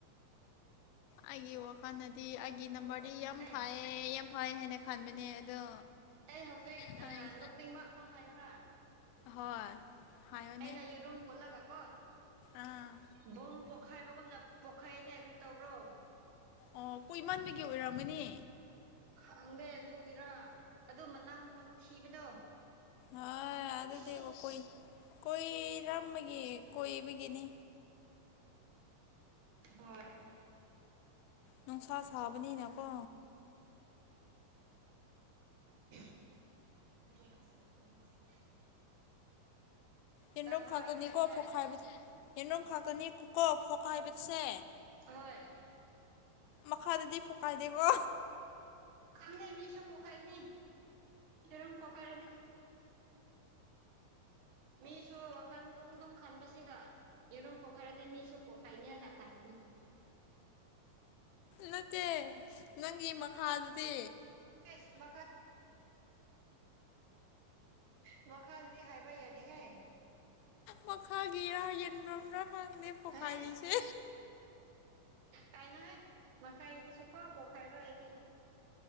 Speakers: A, on the left (about 85°); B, on the right (about 65°).
A: ꯑꯩꯒꯤ ꯋꯥꯈꯜꯗꯗꯤ ꯑꯩꯒꯤ ꯅꯝꯕꯔꯗꯤ ꯌꯥꯝ
B: ꯑꯦ
A: ꯐꯩꯌꯦ ꯌꯥꯝ ꯐꯩ ꯍꯥꯏꯅ ꯈꯟꯕꯅꯦ ꯑꯗꯣ
B: ꯑꯩ ꯍꯧꯖꯤꯛ
A: ꯈꯪ
B: ꯅꯣꯛꯅꯤꯡꯕ ꯑꯃ ꯍꯥꯏꯌꯨꯔꯥ
A: ꯍꯣꯏ ꯍꯥꯏꯌꯣꯅꯦ
B: ꯑꯩꯅ ꯌ ꯔꯨꯨꯝ ꯈꯣꯜꯂꯒ ꯀꯣ
A: ꯑꯥ
B: ꯕꯣꯝ ꯄꯣꯛꯈꯥꯏꯕ ꯀꯝꯅ ꯄꯣꯛꯈꯥꯏꯑꯅ ꯑꯦꯒ꯭ꯔꯤ ꯇꯧꯕ꯭ꯔꯣ
A: ꯑꯣ ꯀꯣꯏ ꯏꯃꯥꯟꯕꯒꯤ ꯑꯣꯏꯔꯝꯒꯅꯤ
B: ꯈꯪꯗꯦ ꯑꯗꯨ ꯏꯔꯥ ꯑꯗꯨ ꯃꯅꯝ ꯅꯊꯤꯕꯗꯣ
A: ꯍꯣꯏ ꯑꯗꯨꯗꯤ
B: ꯑꯁ
A: ꯀꯨꯏ ꯀꯣꯏꯔꯝꯕꯒꯤ ꯀꯣꯏꯕꯒꯤꯅꯤ
B: ꯍꯣꯏ
A: ꯅꯨꯡꯁꯥ ꯁꯥꯕꯅꯤꯅꯀꯣ
B: <unintelligible>
A: ꯌꯦꯟꯔꯨꯝꯝ
B: ꯇꯥꯕ꯭ꯔꯣ
A: ꯈꯥꯛꯇꯅꯤꯀꯣ
B: ꯑꯩꯅ ꯍꯥꯏꯁꯦ
A: ꯐꯣꯛꯈꯥꯏꯕ ꯌꯦꯟꯂꯣꯝ ꯈꯇꯅꯤ ꯀꯣ ꯐꯣꯛꯈꯥꯏꯕꯗꯨꯁꯦ
B: ꯍꯣꯏ
A: ꯃꯈꯥꯗꯗꯤ ꯐꯨꯀꯥꯏꯗꯦꯀꯣ
B: ꯈꯪꯅꯤ ꯃꯤꯁꯣ ꯄꯣꯈꯥꯏꯅꯤ ꯌꯦꯔꯣꯝ ꯄꯣꯈꯥꯏꯔꯅꯤ ꯃꯤꯁꯨ ꯋꯥꯈꯟ ꯝ ꯑꯗꯨꯝ ꯈꯟꯕꯁꯤꯒ ꯌꯦꯔꯝ ꯄꯣꯛꯈꯥꯏꯔꯗꯤ ꯃꯤꯁꯨꯣ ꯄꯣꯈꯥꯏꯅꯤ ꯍꯥꯏꯅꯥ ꯈꯪꯅꯤ
A: ꯅꯠꯇꯦ ꯅꯪꯒꯤ ꯃꯈꯥꯗꯗꯤ
B: ꯁ ꯃꯈꯥ ꯃꯈꯥ ꯍꯥꯏꯏꯕꯏ ꯌꯥꯗꯤ ꯍꯥꯏ
A: ꯃꯈꯥꯒꯤꯔꯥ ꯌꯦꯟꯐꯝꯝꯅ꯭ꯔ ꯈꯪꯗꯦ ꯄꯣꯈꯥꯏꯔꯤꯁꯦ
B: ꯑꯁ ꯀꯥꯏꯅꯉꯦ ꯃꯈꯥꯏꯗꯤ ꯁꯨꯊ ꯄꯣꯛꯈꯥꯏꯔꯣ ꯑꯩꯗꯤ